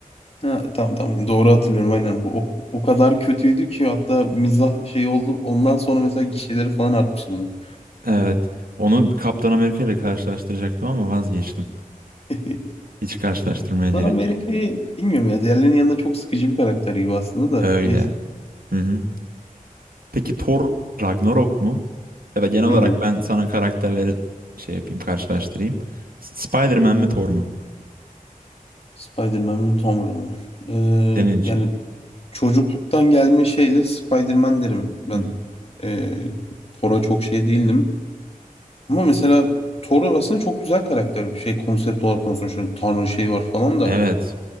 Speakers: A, on the left; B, on the right.
A: Ha, tamam tamam doğru hatırlıyorum aynen bu o, o kadar kötüydü ki hatta mizah şey oldu ondan sonra mesela gişeleri falan artmıştı bunun.
B: Evet. Onu Kaptan Amerika ile karşılaştıracaktım ama vazgeçtim.
A: <laughs>
B: Hiç karşılaştırmaya gerek
A: Lan Amerika'yı
B: yok.
A: bilmiyorum ya diğerlerinin yanında çok sıkıcı bir karakter gibi aslında da
B: Öyle.
A: neyse.
B: Hı hı. Peki Thor Ragnarok mu? Ya da genel olarak
A: Hı hı.
B: ben sana karakterleri şey yapayım, karşılaştırayım. S- Spider-Man mi Thor mu?
A: Spider-Man mi Tom Holland mı? Ee,
B: Senin için.
A: yani çocukluktan gelme şeyle Spider-Man derim ben.
B: Hı hı.
A: Ee, Thor'a çok şey değildim ama mesela Thor aslında çok güzel karakter bir şey konsept olarak konuşuyorum. Tanrı şeyi var falan da.
B: Evet.